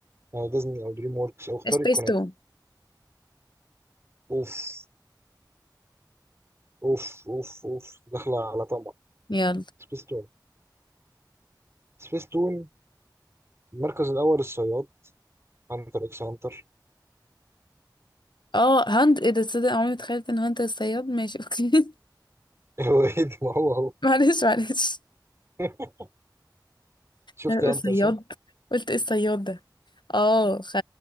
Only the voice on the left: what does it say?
سبيس
تون
يلا
اه هند ايه ده تصدق عمري ما تخيلت ان هند الصياد ماشي اوكي <laughs>
معلش معلش
انا بقول
صياد
قلت ايه الصياد ده اه خ...